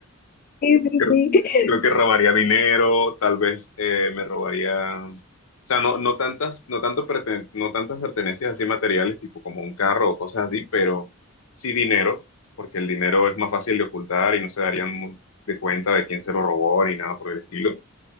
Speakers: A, on the left; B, on the left.
A: Sí, sí,
B: Creo,
A: sí.
B: creo que robaría dinero, tal vez eh, me robaría, o sea, no, no tantas, no tanto perten- no tantas pertenencias así materiales, tipo como un carro o cosas así, pero sí dinero, porque el dinero es más fácil de ocultar y no se darían mu- de cuenta de quién se lo robó ni nada por el estilo.